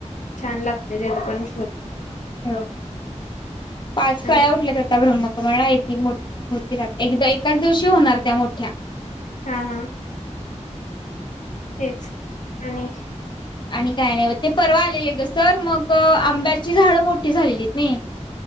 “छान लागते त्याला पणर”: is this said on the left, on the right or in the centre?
Left